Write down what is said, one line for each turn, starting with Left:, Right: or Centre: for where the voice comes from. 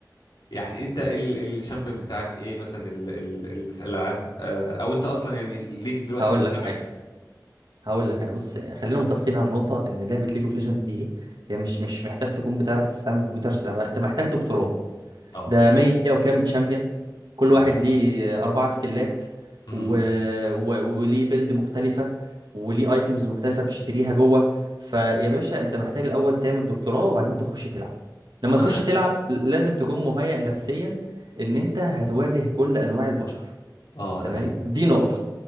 Left: يعني انت ال الشامبيون بتاعك ايه مثلا ال ال ال في الالعاب آه او انت اصلا يعني ليك دلوقتي
Right: هقول
Left: في دماغك
Right: لك حاجه هقول لك انا بص خلينا متفقين على نقطه ان لعبه ليج اوف ليجند دي هي مش مش محتاج تكون بتعرف تستعمل كمبيوتر عشان تلعبها انت محتاج دكتوراه
Left: اه
Right: ده 100 وكام تشامبيون كل
Left: امم
Right: واحد ليه اربعه سكلات
Left: امم
Right: و... و... وليه بيلد مختلفه وليه ايتمز مختلفه بتشتريها جوه فيا باشا انت محتاج الاول تعمل دكتوراه وبعدين تخش تلعب لما
Left: انا
Right: تخش تلعب لازم تكون مهيئ نفسيا ان انت هتواجه كل انواع البشر
Left: اه
Right: تمام
Left: ده حقيقي
Right: دي نقطة